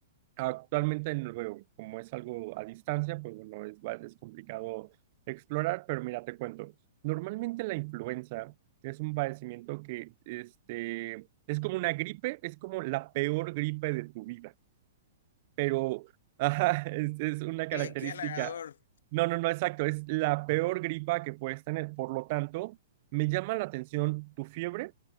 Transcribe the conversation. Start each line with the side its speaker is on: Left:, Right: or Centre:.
Right: Actualmente no lo veo, como es algo a distancia, pues bueno, es, va- es complicado explorar, pero mira, te cuento. Normalmente la influenza es un padecimiento que este, es como una gripe, es como la peor gripe de tu vida, pero ajá, <laughs> es, es una característica.
Left: Eh, qué halagador.
Right: No, no, no, exacto, es la peor gripa que puedes tener. Por lo tanto, me llama la atención tu fiebre,